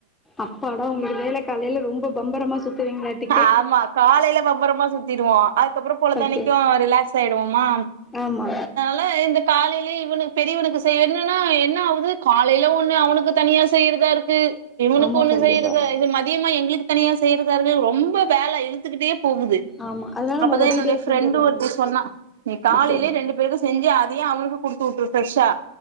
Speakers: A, on the left; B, on the right.
A: அப்பாடா உங்கள்து வேல காலைல ரொம்ப மா சுத்துவீங்களாட்டி
B: ஆமா காலைல பம்பரமா சுத்தீடுவோ அதுக்கப்புறோ பொழுதன்னைக்கு
A: ஓகே
B: ரிலாக்ஸ் ஆயிடுவோமா
A: ஆமா
B: ஆ இந்த காலையிலயே இவனுக்கு பெரியவனுக்கு செய்யணுன்னா என்ன ஆவுது காலையில ஒண்ணு அவனுக்கு தனியா செய்யறதா இருக்கு இவனுக்கு
A: ஆமா
B: ஒண்ணு
A: கண்டிப்பா
B: செய்யறது இது மதியமா எங்களுக்கு தனியா செய்யறதா இருக்கு ரொம்ப வேல இழுத்துக்கிட்டே போகுது
A: ஆமா அதனால நம்ம
B: அப்பதா
A: ஒரே
B: என்னுடைய
A: டே
B: ஃப்ரெண்டு
A: செஞ்சிடலாங்க
B: ஒருத்தி சொன்னா நீ காலைலேயே
A: ஓகே
B: ரெண்டு பேருக்கு செஞ்சு அதயே அவனுக்கு குடுத்து வுட்ரு ஃப்ரெஷ்ஷா